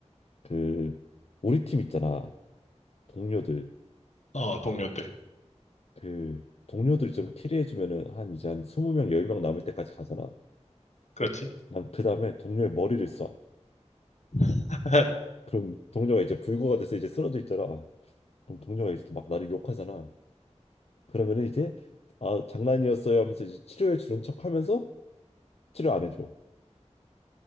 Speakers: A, on the left; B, on the left.
A: 그 우리 팀 있잖아. 동료들.
B: 어, 동료들.
A: 그 동료들이 좀 캐리해주면은 한 이제 한 20명, 10명 남을 때까지 가잖아.
B: 그렇지.
A: 난 그 다음에 동료의 머리를 쏴.
B: <laughs>
A: 그럼 동료가 이제 불구가 돼서 이제 쓰러져 있더라. 그럼 동료가 이제 막 나를 욕하잖아. 그러면은 이제 아 장난이었어요 하면서 이제 치료해 주는 척 하면서 치료 안 해줘.